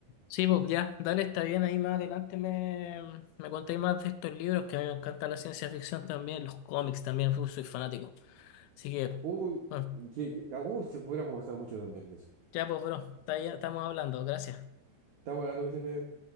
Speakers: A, on the left; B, on the right.
A: Sí, pues ya, dale, está bien. Ahí más adelante me, me contéis más de estos libros que a mí me encanta la ciencia ficción también, los cómics también, uf, soy fanático. Así que,
B: Uy,
A: bueno,
B: que, que- ah, uy, se podría conversar mucho también de eso.
A: ya pues, bro, está ya- estamos hablando. Gracias.
B: Estamos hablando que estés bien.